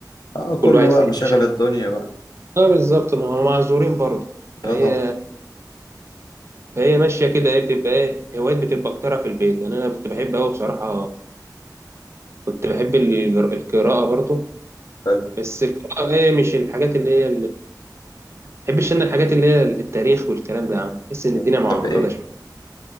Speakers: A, on the left (about 65°); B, on the right (about 35°).
A: اه كله
B: كل واحد
A: بقى
B: في حتة
A: مشاغل
B: شكل
A: الدنيا بقى
B: اه بالظبط ما هم معذورين برضه فهي
A: اه طبعا
B: فهي ماشية كده هي بتبقى إيه هوايات بتبقى أكترها في البيت يعني أنا كنت بحب أوي بصراحة كنت بحب الجر- القراءة برضه
A: حلو
B: بس القراءة هي مش الحاجات اللي هي بحبش انا الحاجات اللي هي التاريخ والكلام ده يا عم بحس ان
A: بتحب
B: الدنيا معقده
A: ايه
B: شويه